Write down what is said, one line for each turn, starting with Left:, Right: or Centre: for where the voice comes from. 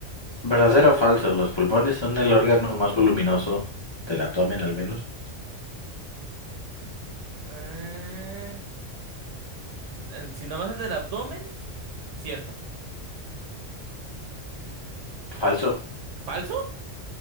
Left: ¿Verdadero o falso? Los pulmones son el órgano más voluminoso del abdomen, al menos.
Right: Eh, eh, si nomás es del abdomen, cierto.
Left: Falso.
Right: ¿Falso?